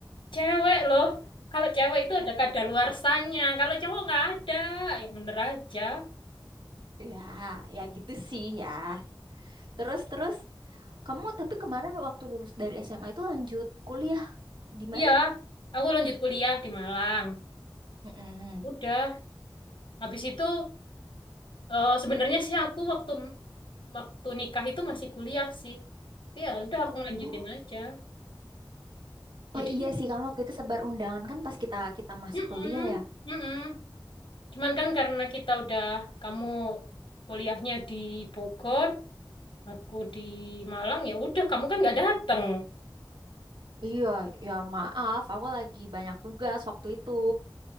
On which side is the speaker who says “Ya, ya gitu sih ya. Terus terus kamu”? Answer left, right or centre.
Right